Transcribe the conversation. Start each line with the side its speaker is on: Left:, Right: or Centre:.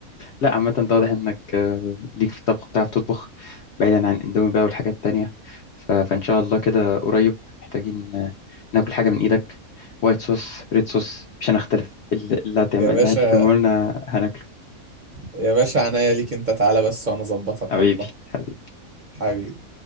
Left: لا عامة انت واضح انك آه، ليك في الطبخ بتعرف تطبخ بعيدا عن اندومي بقى والحاجات التانية ف... فان شاء الله كده قريب محتاجين آه، ناكل حاجة من ايدك وايت صوص ريد صوص مش هنختلف اللي اللي هتعمل
Right: يا باشا
Left: اللي هتقدمه لنا هناكله
Right: يا باشا عناية ليك انت تعالى بس وانا اظبطك
Left: حبيبي
Right: والله
Left: حبيبي
Right: حبيبي